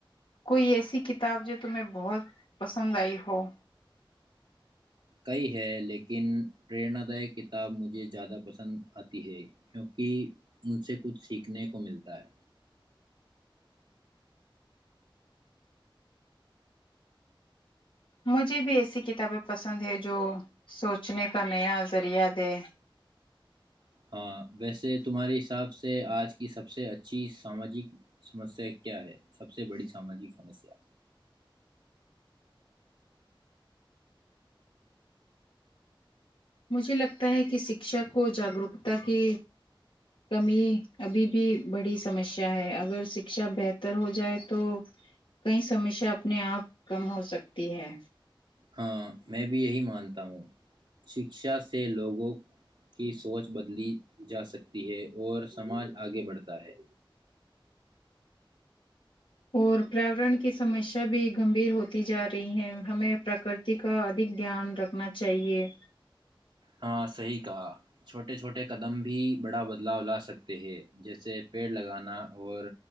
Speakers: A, on the left; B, on the right.
A: کوئی ایسی کتاب جو تمہیں بہت پسند آئی ہو
B: کئی ہے لیکن پریرنا دائ کتاب مجھے زیادہ پسند آتی ہے کیونکہ ان سے کچھ سیکھنے کا کو ملتا ہے
A: مجھے بھی ایسی کتابیں پسند ہے جو سوچنے کا نیا ذریعہ دے
B: ہاں ویسے تمہارے حساب سے سے آج کی سب سے اچھھی ک جی ساماجک سمسیا کیا ہے سب سے بڑی ساماجک سمسیا
A: مجھے لگتا ہے کہ شکشا کو جاگروکتا کی کمی ابھی بھی بڑی سمسیا ہے اگر شکشا بہتر ہو جائے تو کئی سمسیا اپنے آپ کم ہو سکتی ہے
B: ہاں میں بھی یہی مانتا ہوں شکشا سے لوگوں کی سوچ بدلی جا سکتی ہے اور سماج آگے بڑھتا ہے
A: اور پریاورن کی سمسیا بھی گمبھیر ہوتی جا رہی ہے ہمیں پرکرتی کا ادھک دھیان رکھنا چاہیے
B: ہاں صحیح کہا چھوٹے چھوٹے قدم بھی بڑا بدلاؤ لا سکتے ہیں جیسے پیڑ لگانا اور